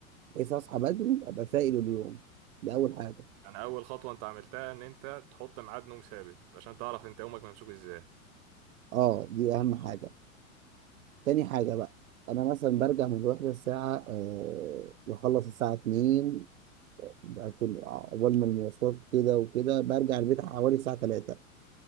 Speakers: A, on the right; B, on the right.
A: بحيث اصحى بدري ابقى فايق لليوم ده اول حاجه
B: يعني اول خطوة انت عملتها ان انت تحط ميعاد نوم ثابت عشان تعرف انت يومك ممسوك ازاي
A: اه دي اهم حاجه تاني حاجه بقى انا مثلا برجع من الوحده الساعه آه بخلص الساعه 2 بكون اول ما المواصلات كده وكده برجع البيت حوالي الساعه 3